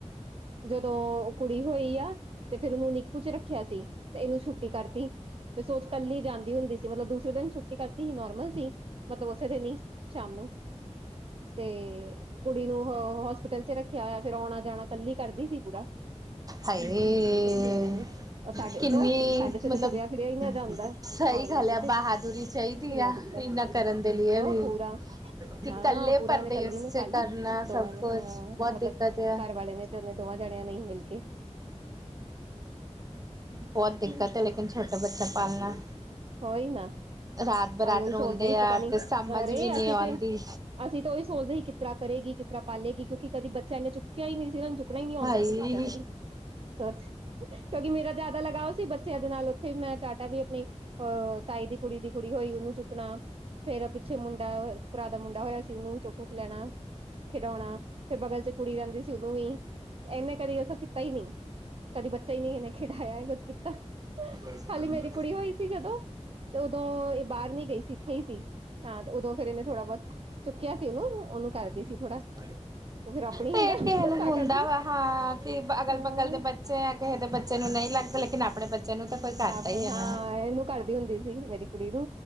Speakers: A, on the right; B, on the right.
A: ਜਦੋਂ ਕੁੜੀ ਹੋਈ ਆ ਤੇ ਫੇਰ ਉਹਨੂੰ ਨਿੱਕੂ ਚ ਰੱਖਿਆ ਸੀ ਤੇ ਇਹਨੂੰ ਛੁੱਟੀ ਕਰਤੀ। ਤੇ ਸੋਚ ਕੱਲੀ ਜਾਂਦੀ ਹੁੰਦੀ ਸੀ, ਮਤਲਬ ਦੂਸਰੇ ਦਿਨ ਛੁੱਟੀ ਕਰਦੀ ਸੀ ਨੋਰਮਲ ਸੀ। ਮਤਲਬ ਉਸੇ ਦਿਨ ਹੀ ਸ਼ਾਮ ਨੂੰ ਤੇ ਕੁੜੀ ਨੂੰ ਹੋਸਪਿਟਲ। ਰੱਖਿਆ ਹੋਇਆ ਫਿਰ ਆਉਣਾ ਜਾਣਾ ਕੱਲੀ ਕਰਦੀ ਸੀ ਪੂਰਾ।
B: ਹਾਏ
A: ਦੂਸਰੇ ਦਿਨ ਹੀ, ਸਾਡੇ
B: ਕਿੰਨੀ
A: ਤੋਂ ਸਾਡੇ ਤੋਂ
B: ਮਤਲਬ
A: ਤੇ ਤੁਰਿਆ ਫਿਰਿਆ ਹੀ ਨਹੀ ਜਾਂਦਾ।
B: ਸਹੀ
A: ਨੋਰਮਲ
B: ਗੱਲ
A: ਚ
B: ਆ
A: ਤੇ
B: ਬਹਾਦੁਰੀ
A: ਕਿੰਨਾ
B: ਚਾਹੀਦੀ ਆ
A: ਦਿੱਕਤ
B: ਇੰਨਾ ਕਰਨ ਦੇ ਲਈ
A: ਕੋ
B: ਵੀ
A: ਪੂਰਾ।
B: ਕਿ
A: ਹਾਂ
B: ਕੱਲੇ
A: ਪੂਰਾ
B: ਪਰਦੇਸ
A: ਉਹਨੇ ਕੱਲੀ ਨੇ
B: ਚ
A: ਪਾਲੀ
B: ਕਰਨਾ ਸਭ
A: ਦੋਵਾਂ ਨੇ,
B: ਕੁਛ
A: ਹਾਂ
B: ਬਹੁਤ
A: ਮਤਲਬ
B: ਦਿੱਕਤ ਆ
A: ਘਰ ਵਾਲੇ ਨੇ। ਤੇ ਉਹਨੇ ਦੋਵਾਂ ਜਣਿਆਂ ਨੇ ਹੀ ਮਿਲਕੇ।
B: ਬਹੁਤ ਦਿੱਕਤ ਹੈ ਲੇਕਿਨ ਛੋਟਾ ਬੱਚਾ ਪਾਲਣਾ।
A: ਹੋਈ ਨਾ।
B: ਰਾਤ ਬਰਾਤ
A: ਅਹੀ ਉਹੀ
B: ਰੋਂਦੇ
A: ਸੋਚਦੇ ਸੀ
B: ਆ
A: ਪਤਾ ਨੀ
B: ਤੇ ਸਮਝ
A: ਅਰੇ
B: ਵੀ ਨਹੀਂ
A: ਅਸੀਂ
B: ਆਉਂਦੀ
A: ਤੇ ਅਸੀਂ ਤਾਂ ਉਹੀ ਸੋਚਦੇ ਸੀ ਕਿਸ ਤਰ੍ਹਾਂ। ਕਰੇਗੀ ਕਿਸ ਤਰ੍ਹਾਂ ਪਾਲੇਗੀ ਕਿਉਂਕਿ ਕਦੀ ਬੱਚਾ ਇਹਨੇ ਚੁੱਕਿਆ ਹੀ ਨਹੀਂ ਸੀ ਇਹਨੂੰ ਚੁੱਕਣਾ ਹੀ ਨੀ
B: ਭਾਈ
A: ਆਂਦਾ ਸੀ ਬੱਚਾ ਕਦੀ। ਸਚ ਕਿਉਂਕਿ ਮੇਰਾ ਜ਼ਿਆਦਾ ਲਗਾਓ ਸੀ ਬੱਚਿਆਂ ਦੇ ਨਾਲ ਉੱਥੇ ਮੈਂ ਟਾਟਾ ਵੀ ਆਪਣੀ। ਅਹ ਤਾਈ ਦੀ ਕੁੜੀ ਦੀ ਕੁੜੀ ਹੋਈ ਉਹਨੂੰ ਚੁੱਕਣਾ ਫੇਰ। ਤੇ ਮੁੰਡਾ ਭਰਾ ਦਾ ਮੁੰਡਾ ਹੋਇਆ ਸੀ ਉਹਨੂੰ ਵੀ ਚੁਕ ਚੁਕ ਲੈਣਾ। ਖਿਡਉਣਾ ਫੇਰ ਬਗਲ ਚ ਕੁੜੀ ਰਹਿੰਦੀ ਸੀ ਉਹਨੂੰ ਵੀ ਇਹਨੇ ਇਹ ਸਬ ਕਦੀ ਕੀਤਾ ਹੀ ਨਹੀ। ਕਦੀ ਬੱਚਾ ਹੀ ਨੀ ਇਹਨੇ ਖਿਡਾਇਆ ਕੁੱਝ ਕੀਤਾ।
B: <unintelligible>
A: ਖਾਲੀ ਮੇਰੀ ਕੁੜੀ ਹੋਈ ਸੀ ਜਦੋਂ ਤੇ ਉਦੋਂ ਇਹ ਬਾਹਰ ਨੀ ਗਈ ਸੀ ਇੱਥੇ ਹੀ ਸੀ ਹਾਂ ਤੇ ਉਦੋਂ ਫੇਰ ਇਹਨੇ ਥੋੜਾ ਬਹੁਤ। ਚੁੱਕਿਆ ਸੀ ਉਹਨੂੰ ਉਹਨੂੰ ਕਰਦੀ ਸੀ ਥੋੜਾ।
B: <unintelligible>
A: ਉਹ ਫੇਰ ਆਪਣੀ
B: ਤੇ
A: ਹੀ ਨਾ
B: ਕਿਸੇ
A: ਤਾਂ
B: ਨੂੰ ਹੁੰਦਾ
A: ਕਰਕੇ
B: ਵਾ ਹਾਂ ਕਿ ਅਗਲ
A: ਹਾਂ
B: ਬਗਲ ਦੇ ਬੱਚੇ ਆ ਕਿਸੇ ਦੇ ਬੱਚੇ ਨੂੰ ਨਹੀਂ ਲੱਗਦਾ ਲੇਕਿਨ। ਆਪਣੇ ਬੱਚਿਆਂ ਨੂੰ ਤਾਂ ਕੋਈ ਕਰਦਾ
A: ਆਪਣੇ
B: ਹੀ ਹੈ ਨਾ।
A: ਹਾਂ ਇਹਨੂੰ ਕਰਦੀ ਹੁੰਦੀ ਸੀ ਮੇਰੀ ਕੁੜੀ ਨੂੰ।